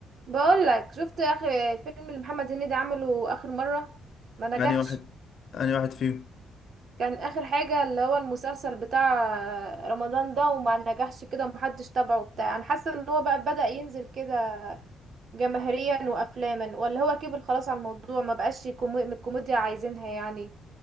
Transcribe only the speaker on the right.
بقول لك شفت اخر الفيلم اللي محمد هنيدي عمله اخر مره ما نجحش
كان اخر حاجه اللي هو المسلسل بتاع رمضان ده وما نجحش كده ومحدش تابعه بتاع انا حاسه ان هو بقى بدأ ينزل كده جماهيريا وافلاما ولا هو كبر خلاص على الموضوع ما بقاش كومي... الكوميديا عايزينها يعني